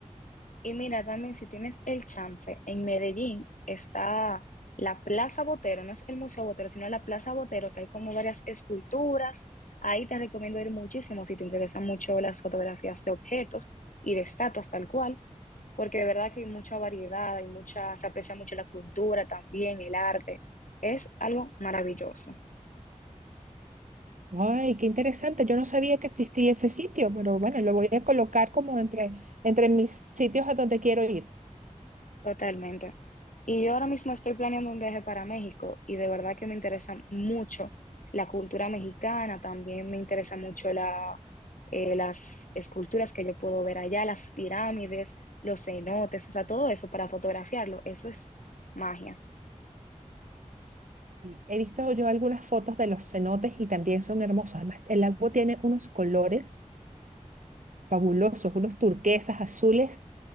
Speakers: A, on the left; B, on the right.
A: Y mira, también si tienes el chance, en Medellín está la Plaza Botero, no es el Museo Botero, sino la Plaza Botero, que hay como varias esculturas. Ahí te recomiendo ir muchísimo si te interesan mucho las fotografías de objetos y de estatuas tal cual, porque de verdad que hay mucha variedad, hay mucha, se aprecia mucho la cultura también, el arte. Es algo maravilloso.
B: Ay, qué interesante. Yo no sabía que existía ese sitio, pero bueno, lo voy a colocar como entre, entre mis sitios a donde quiero ir.
A: Totalmente. Y yo ahora mismo estoy planeando un viaje para México y de verdad que me interesa mucho la cultura mexicana, también me interesa mucho la, eh, las esculturas que yo puedo ver allá, las pirámides, los cenotes, o sea, todo eso para fotografiarlo, eso es magia.
B: Y He visto yo algunas fotos de los cenotes y también son hermosos. Además, el agua tiene unos colores fabulosos, unos turquesas, azules,